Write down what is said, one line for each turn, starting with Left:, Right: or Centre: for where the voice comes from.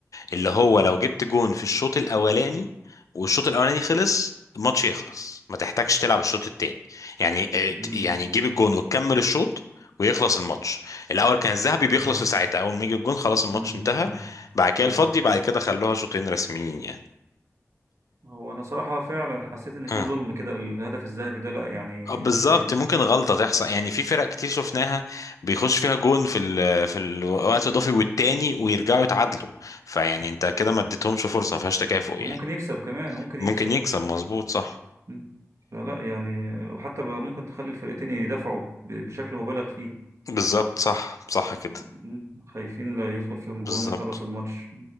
Left: اللي هو لو جبت جون في الشوط الاولاني والشوط الاولاني خلص الماتش يخلص ما تحتاجش تلعب الشوط التاني يعني آه،
Right: مم.
Left: يعني تجيب الجون وتكمل الشوط ويخلص الماتش الاول كان الذهبي بيخلص
Right: اه
Left: في ساعتها اول ما يجي الجون خلاص الماتش
Right: مم.
Left: انتهى
Right: مم.
Left: بعد كده
Right: ايوه
Left: الفضي بعد كده خلوها شوطين رسميين يعني
Right: هو انا صراحة فعلا حسيت ان في
Left: اه
Right: ظلم كده الهدف الذهبي ده لا يعني
Left: آه، بالظبط
Right: بيب...
Left: ممكن غلطة تحصل يعني في فرق كتير شفناها بيخش فيها جون في ال في الوقت الاضافي والتاني ويرجعوا يتعادلوا فيعني انت كده ما اديتهمش فرصة ما فيهاش تكافؤ يعني
Right: هو ممكن يكسب كمان هو ممكن
Left: ممكن
Right: يكسب
Left: يكسب مظبوط صح
Right: مم. فلا يعني وحتى بقى ممكن تخلي الفرقتين يدافعوا ب- بشكل مبالغ فيه
Left: بالظبط صح صح كده
Right: مم. خايفين لا يدخل فيهم جون
Left: بالظبط
Right: يخلص الماتش